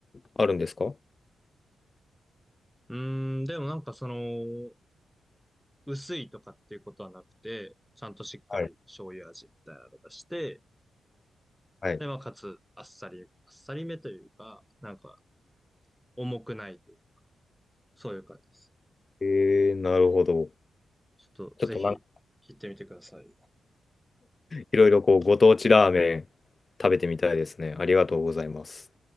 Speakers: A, on the left (about 30°); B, in the centre.
A: あるんですか
B: ーん、でもなんかその、薄いとかっていうことはなくて、ちゃんとしっかり醤油味みたいなのがして、
A: はい。はい。
B: で、まあ、かつ、あっさり、あっさりめというか、なんか、重くないというか、そういう感じです。
A: えー、なるほど。
B: ちょっとぜひ行ってみてください。
A: ちょっとなんかいろいろこうご当地ラーメン食べてみたいですね。ありがとうございます。